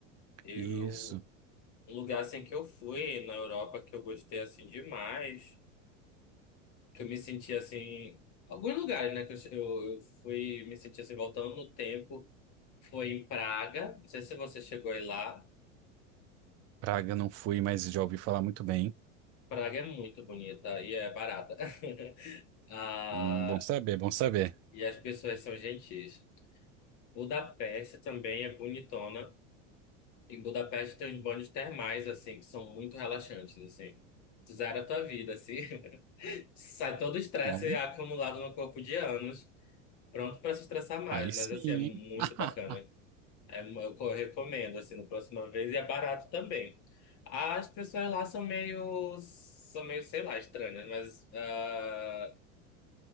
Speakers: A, on the left; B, on the right.
A: Eu,
B: Isso.
A: um lugar assim que eu fui na Europa que eu gostei assim demais. que eu me senti assim, alguns lugares, né, que eu, che- eu, eu fui me sentir assim, voltando no tempo, foi em Praga, não sei se você chegou aí lá,
B: Praga não fui, mas já ouvi falar muito bem.
A: Praga é muito bonita e é barata, <laughs> ah,
B: Hum, bom saber, bom saber.
A: e as pessoas são gentis. Budapeste também é bonitona, em Budapeste tem uns banhos termais, assim, que são muito relaxantes, assim. Zera a tua vida, assim. <laughs> Sai todo o estresse
B: Bom,
A: acumulado no corpo de anos, pronto para se estressar mais,
B: aí sim,
A: mas assim, é muito
B: hein? <laughs>
A: bacana. É, eu co- recomendo, assim, na próxima vez. E é barato também. As pessoas lá são meio, são meio, sei lá, estranhas, mas ah,